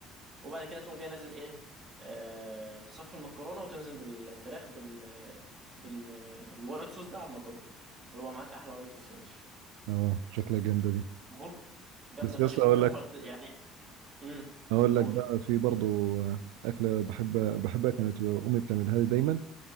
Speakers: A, on the right; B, on the right.
A: وبعد كده تقوم جاي نازل ايه آه تصفي المكرونه وتنزل بالفراخ بال بال بالوايت صوص ده على المكرونه ويبقى معاك احلى وايت صوص يا باشا
B: اه شكلها جامده دي
A: ممكن جامدة
B: بس
A: فشخ
B: بس اقول
A: ممكن
B: لك
A: مقط- يعني امم
B: اقول
A: قول
B: لك بقى في برضو آه، اكله بحب بحبها كانت امي بتعملها لي دايما